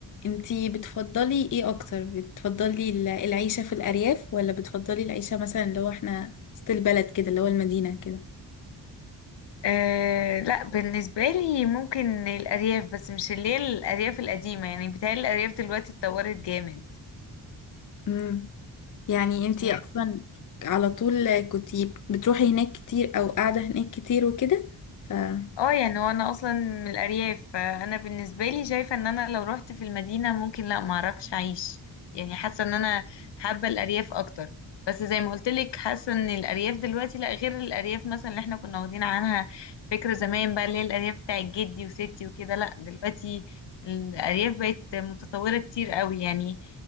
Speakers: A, on the left; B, on the left.
A: انتي بتفضلي ايه اكتر بتفضلي ال- العيشة في الارياف ولا بتفضلي العيشة مثلا اللي هو احنا وسط البلد كده اللي هو المدينة كده
B: أه لا بالنسبة لي ممكن الأرياف بس مش اللي هي الأرياف القديمة يعني بتهيألي الأرياف دلوقتي اتطورت جامد
A: امم يعني انتي
B: يعني
A: اصلا على طول كنتي بتروحي هناك كتير او قاعدة هناك كتير وكده فتحسي
B: اه يعني وانا اصلا من الارياف فانا بالنسبه لي شايفه ان انا لو رحت في المدينه ممكن لا ما اعرفش اعيش يعني حاسه ان انا حابه الارياف اكتر بس زي ما قلت لك حاسه ان الارياف دلوقتي لا غير الارياف مثلا اللي احنا كنا واخدين عنها فكره زمان بقى اللي هي الارياف بتاعت جدي وستي وكده لا دلوقتي الارياف بقت متطوره كتير قوي يعني